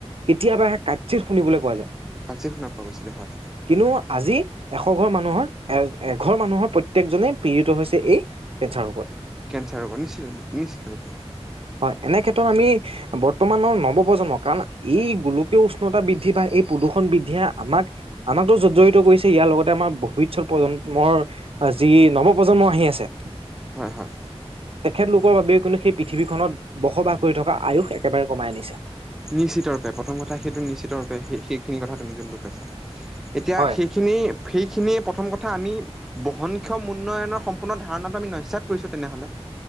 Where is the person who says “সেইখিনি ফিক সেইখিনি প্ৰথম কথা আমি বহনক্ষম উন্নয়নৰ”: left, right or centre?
Centre